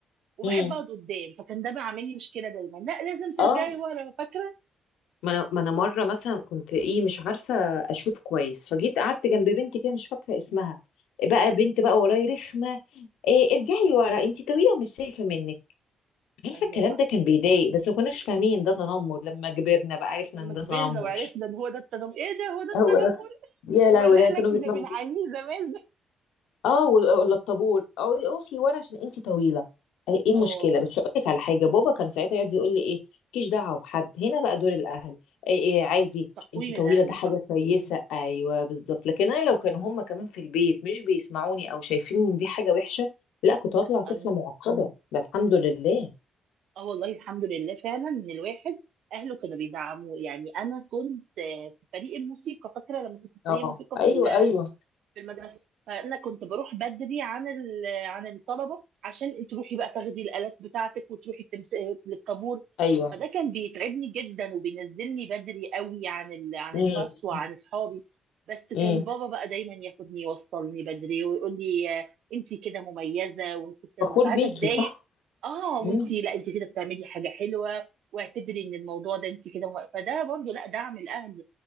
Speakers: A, on the right; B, on the left.
A: وبحب
B: امم
A: اقعد قدام فكان ده بيعمل لي مشكله دايما لا لازم ترجعي
B: اه
A: ورا فاكره
B: ما انا ما انا مره مثلا كنت ايه مش عارفه اشوف كويس فجيت قعدت جنب بنت كده مش فاكره اسمها بقى بنت بقى وراي رخمه إيه ارجعي ورا انت طويله ومش شايفه منك عارفه
A: ايوه
B: الكلام
A: صح
B: ده كان بيضايق بس ما كناش فاهمين ده تنمر لما كبرنا بقى عرفنا
A: لما
B: ان ده
A: كبرنا
B: تنمر
A: وعرفنا ان هو ده التنمر ايه ده هو ده التنمر
B: هو ده يا
A: هو
B: لهوي
A: اللي
B: ده
A: احنا
B: كانوا
A: كنا
B: بيتنبطوا
A: بنعانيه زمان ده
B: اه و- ولا الطابور او اقفي ورا عشان انت طويله ايه إيه
A: اه
B: المشكله بس اقول لك على حاجه بابا كان ساعتها يقعد يقول لي ايه مالكيش دعوه بحد هنا بقى دور الاهل ايه ايه
A: اه
B: عادي
A: تقويم
B: انت طويله
A: الاهل
B: ده حاجه
A: صح
B: كويسه ايوه بالظبط لكن انا لو كانوا هم كمان في البيت مش بيسمعوني او شايفين ان دي حاجه وحشه لا كنت هطلع طفله
A: ايوه
B: معقده ده الحمد لله
A: اه والله الحمد لله فعلا ان الواحد اهله كانوا بيدعموه يعني انا كنت آه، في فريق الموسيقى فاكره لما كنت في فريق
B: اه
A: الموسيقى
B: ايوه
A: في
B: ايوه
A: في المدرسه فانا كنت بروح بدري عن ال- عن الطلبه عشان تروحي بقى تاخدي الالات بتاعتك وتروحي التمس... للطابور
B: ايوه
A: فده كان بيتعبني جدا وبينزلني بدري قوي عن ال... عن
B: امم
A: الباص وعن اصحابي بس كان
B: امم
A: بابا بقى دايما ياخدني يوصلني بدري ويقول لي انت كده مميزه وكنت لما
B: فخور
A: ساعات
B: بيكي
A: اتضايق
B: صح
A: اه وانت
B: امم
A: لا انت كده بتعملي حاجه حلوه واعتبري ان الموضوع ده انت كده مم... فده برضو لا دعم الاهل